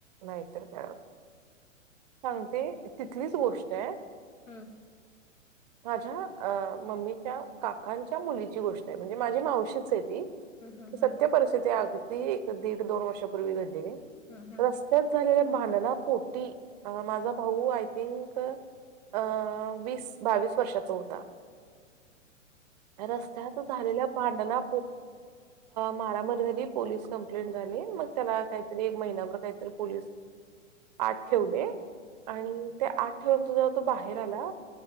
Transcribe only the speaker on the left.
हम्म
हम्म हम्म
हम्म